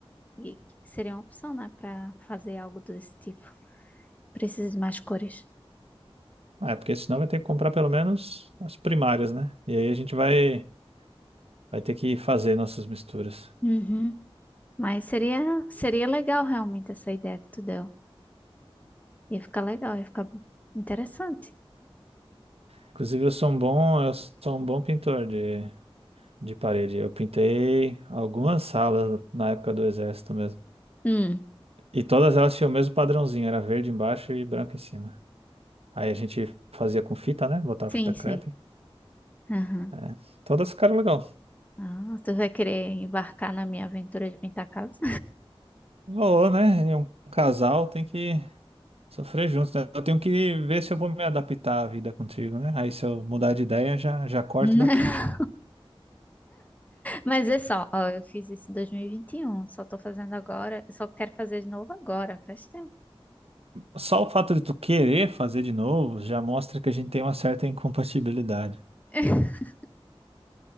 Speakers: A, on the left; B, on the right.
A: E seria uma opção, né, Pra fazer algo desse tipo. Preciso de mais cores.
B: Ah, É, porque senão vai ter que comprar pelo menos as primárias, né? E aí a gente vai, vai ter que fazer nossas misturas.
A: Uhum. Mas seria, seria legal realmente essa ideia que tu deu. Ia ficar legal, ia ficar interessante.
B: Inclusive, eu sou um bom, eu sou um bom pintor de, de parede. Eu pintei algumas salas na época do exército mesmo.
A: Hum.
B: E todas elas tinham o mesmo padrãozinho, era verde embaixo e branco em cima. Aí a gente fazia com fita, né? Botava
A: Sim,
B: fita
A: sim.
B: crepe.
A: Aham.
B: É, todas ficaram legal.
A: Ah, tu vai querer embarcar na minha aventura de pintar casa?
B: Valor, né? E Um casal tem que Sofrer juntos, né? Eu tenho que ver se eu vou me adaptar à vida contigo, né? Aí se eu mudar de ideia, já, já corto
A: <laughs>
B: daqui, já.
A: Mas é só, ó, eu fiz isso em dois mil e e vinte e um. só tô fazendo agora, só quero fazer de novo agora, faz tempo.
B: Só o fato de tu querer fazer de novo já mostra que a gente tem uma certa incompatibilidade.
A: <laughs>